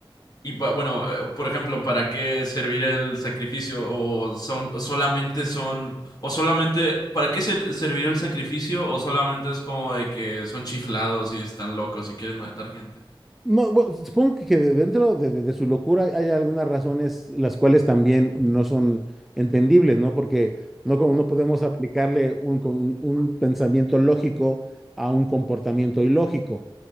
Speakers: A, on the left; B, in the centre.
A: Y pa- bueno, eh, por ejemplo, ¿para qué servirá el sacrificio? O son solamente son o solamente ¿para qué ser- servirá el sacrificio? O solamente es como de que son chiflados y están locos y quieren matar gente.
B: No, bueno, supongo que, que de- dentro de, de- de su locura hay, hay algunas razones las cuales también no son entendibles, ¿no? Porque no, como no podemos aplicarle un, con- un pensamiento lógico a un comportamiento ilógico.